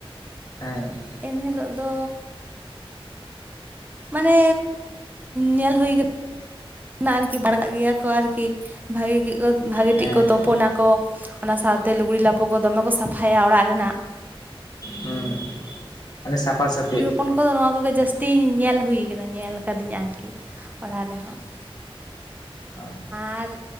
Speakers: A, on the left; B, on the right.
A: ᱦᱮᱸ ᱾
B: ᱮᱱ ᱦᱤᱞᱳᱜ ᱫᱚ ᱢᱟᱱᱮ ᱧᱮᱞ ᱦᱩᱭ ᱠᱟᱱᱟ <unintelligible> ᱟᱨᱠᱤ ᱵᱟᱨ ᱠᱟᱜ ᱜᱮᱭᱟ ᱠᱚ ᱟᱨᱠᱤ ᱾ ᱵᱷᱟᱜᱮ ᱵᱷᱟᱜᱤ
A: ᱦᱮᱸ
B: ᱴᱷᱤᱠ ᱠᱚ
A: ᱦᱮᱸ
B: ᱛᱳᱯᱳᱱ ᱟᱠᱚ ᱾ ᱚᱱᱟ ᱥᱟᱶᱛᱮ ᱞᱩᱜᱽᱲᱤ ᱞᱟᱯᱚ ᱠᱚ ᱫᱚᱢᱮ ᱠᱚ ᱥᱟᱯᱷᱟᱭᱟ ᱚᱲᱟᱜ ᱨᱮᱱᱟᱜ ᱾
A: ᱦᱩᱸ ᱾ ᱢᱟᱱᱮ ᱥᱟᱯᱷᱟ ᱥᱟᱯ
B: ᱠᱩᱲᱤ ᱦᱚᱯᱚᱱ ᱠᱚᱫᱚ ᱱᱚᱣᱟ ᱠᱚᱜᱮ ᱡᱟᱹᱥᱛᱤᱧ ᱧᱮᱞ ᱦᱩᱭ ᱟᱠᱟᱱᱟ ᱧᱮᱞ ᱠᱟᱹᱫᱤᱧ ᱟᱨᱠᱤ ᱚᱲᱟᱜ ᱨᱮᱦᱚᱸ ᱾
A: ᱦᱩᱸ
B: ᱟᱨ